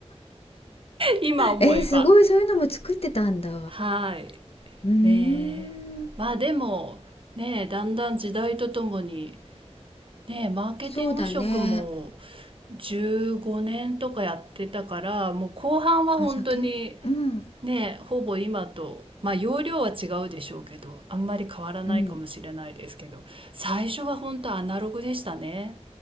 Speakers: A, on the right (about 50°); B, on the left (about 60°).
A: 今思えば
B: えー、すごいそういうのも作ってたんだ
A: はい
B: うーん、
A: ねえまあでもねえだんだん時代とともにねえマーケティング職も
B: そうだね。
A: 15年とかやってたからもう後半は本当に
B: あ、じゃあけ、うん、
A: ねほぼ今とまあ容量は違うでしょうけどあんまり変わらないかもしれないですけど最初は本当アナログでしたね
B: うん。